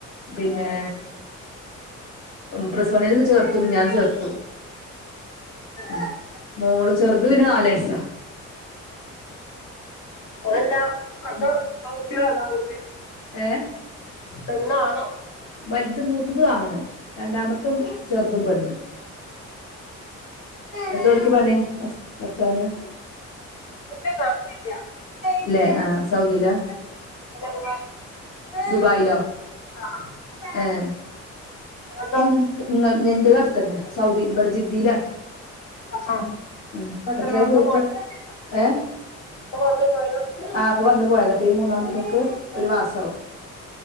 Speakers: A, on the left; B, on the left.
A: പിന്നെ പ്ലസ് വൺ ചേർത്തു മിഞ്ഞാന്ന് ചേർത്തു ഉ മോള് ചെറുത് പിന്നെ നാല് വയസാ
B: അതല്ലാ ഒക്കെ
A: ഉം
B: ആൺകുട്ടികളല്ല ആൺകുട്ടി
A: ഏ
B: പെണ്ണാണോ
A: വലുത് മൂത്തത് ആണ് രണ്ടാമത്ത് ചെറു തും പണ്ണ് എന്ത് ഓൽക്ക് പണി ഭർത്താവിന്
B: <inaudible>
A: അല്ലെ ആഹ് സൗദിലാ?
B: അല്ല ദുബായിൽ ആ
A: ദുബായ്ലോ
B: ആഹ്
A: ആഹ
B: ഇങ്ങളതോ
A: എന്ത നിങ്ങ ഇന്റെതു അടുത്തെന്നെ സൗദി ഇവിടെ ജിദ്ദിയിലാ.
B: ആഹ് ആഹ്
A: അ
B: എത്ര
A: എത്രായി
B: വന്ന്
A: പോയിട്ട് ഏ
B: പ്പൊ വന്നു പോയതാ
A: ആ ഇപ്പൊ വന്ന് പോയതാ ഇപ്പൊ ഈ മൂന്നാം തിയതിക്ക് ഒരു മാസാവും